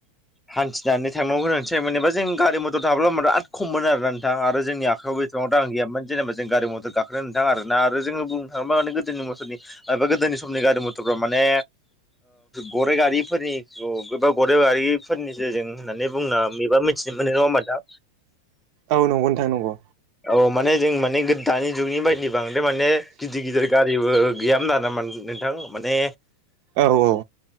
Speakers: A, in the centre; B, on the right.
A: हान्थिनानै थांनांगौ गोनांसै जेनेबा जों गारि मथर थाब्लाब बिराद खम मोन आरो नोंथां आरो जोंनि आखायाव याव एसेबां गारि मथर गाखोनो नोंथां आरोना आरो जोङो बुंनो थाङोब्ला माने गोदोनि मसरनिा गोदोनि समनि गारि मथरफ्राव माने गरे गारिफोरनि गोबा गरे गारिफोरनिस जों होननानै बुंना मबा मोनथि मिथि मोनो नङा होनबा नोंथां।
B: औ नंगौ नोथां नंगौ।
A: औ माने जों माने गो दानि जुगनि बायदि बांद्राय माने गिदिर गिदिर गारिबो गैयामोन आरो नोंथां माने नोंथां माने
B: औ औ